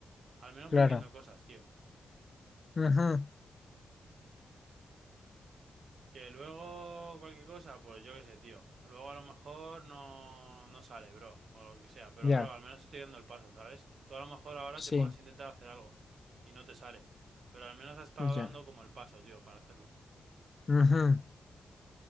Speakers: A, on the right (about 70°); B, on the left (about 45°).
A: Al menos
B: claro.
A: voy viendo cosas, tío.
B: Ujú,
A: Que luego cualquier cosa, pues yo qué sé, tío. Luego a lo mejor no, no sale, bro, o lo que sea. Pero,
B: ya,
A: bro, al menos estoy dando el paso, ¿sabes? Tú a lo mejor ahora
B: sí,
A: te pones a intentar hacer algo y no te sale. Pero al menos has estado
B: ya.
A: dando como el paso, tío, para hacerlo.
B: Ujú,